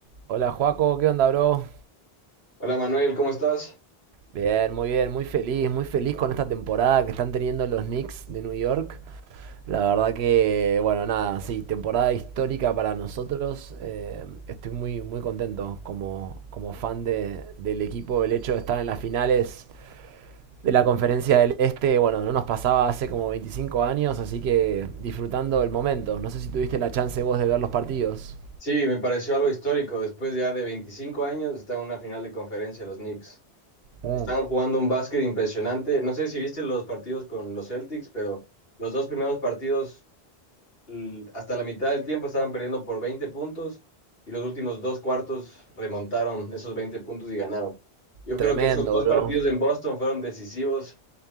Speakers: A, on the right; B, on the left.
A: Hola Joaco, ¿qué onda, bro?
B: Hola Manuel, ¿cómo estás?
A: Bien, muy bien, muy feliz, muy feliz con esta temporada que están teniendo los Knicks de New York. La verdad que, bueno, nada, sí, temporada histórica para nosotros. Eh, estoy muy, muy contento como, como fan de- del equipo. El hecho de estar en las finales de la Conferencia del Este, bueno, no nos pasaba hace como 25 años, así que disfrutando el momento. No sé si tuviste la chance vos de ver los partidos.
B: Sí, me pareció algo histórico. Después ya de 25 años están en una final de conferencia los Knicks.
A: Mm.
B: Están jugando un básquet impresionante. No sé si viste los partidos con los Celtics, pero los dos primeros partidos l- hasta la mitad del tiempo estaban perdiendo por 20 puntos y los últimos dos cuartos remontaron esos 20 puntos y ganaron. Yo
A: Tremendo,
B: creo que esos dos
A: bro.
B: partidos en Boston fueron decisivos